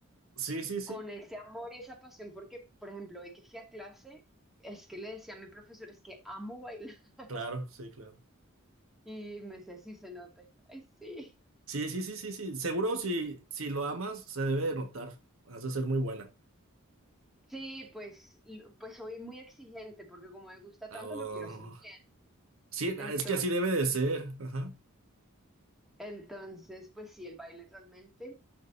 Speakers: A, on the right; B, in the centre.
A: Sí, sí, sí.
B: con ese amor y esa pasión, porque, por ejemplo, hoy que fui a clase, es que le decía a mi profesor, es que amo bailar, <laughs>
A: Claro, sí, claro.
B: y me decía, sí, se nota, y yo, ay, sí.
A: Sí, sí, sí, sí, sí. Seguro si, si lo amas, se debe de notar. Has de ser muy buena.
B: Sí, pues, l- pues soy muy exigente porque como me gusta
A: Ah,
B: tanto lo quiero hacer bien.
A: sí,
B: Entonces,
A: ah, es que así debe de ser. Ajá.
B: entonces, pues sí, el baile realmente